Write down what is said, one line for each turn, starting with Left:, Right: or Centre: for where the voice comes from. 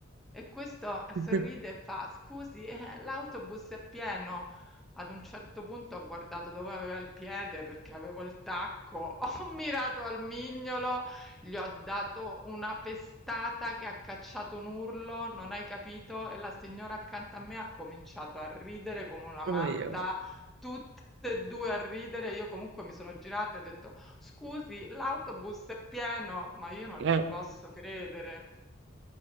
Centre: E questo
Right: <laughs>
Centre: sorride e fa: "Scusi, eh, l'autobus è pieno". Ad un certo punto ho guardato dove aveva il piede perché avevo il tacco, <laughs> ho mirato al mignolo, gli ho dato una pestata che ha cacciato un urlo, non hai capito? E la signora accanto a me ha cominciato a ridere come una matta,
Right: Io.
Centre: tutte e due a ridere. Io comunque mi sono girata e ho detto: "Scusi, l'autobus è pieno", ma io non
Right: Eh,
Centre: ci posso credere.